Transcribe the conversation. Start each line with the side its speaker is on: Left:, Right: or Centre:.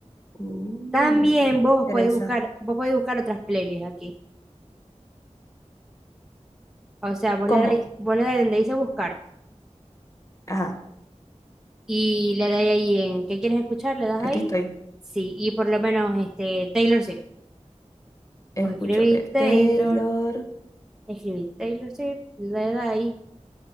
Left: Uh,
Centre: También vos
Left: Teresa.
Centre: podéis buscar, vos podéis buscar otras playlists aquí. O sea, vos
Left: ¿Cómo?
Centre: le dais, vos le dais donde dice buscar
Left: Ajá,
Centre: y le dais ahí en ¿qué quieres escuchar? Le das
Left: aquí
Centre: ahí.
Left: estoy.
Centre: Sí, y por lo menos este Taylor Swift.
Left: Escucho.
Centre: Vos escribís
Left: eh,
Centre: Taylor,
Left: Taylor.
Centre: escribís Taylor Swift, le das ahí.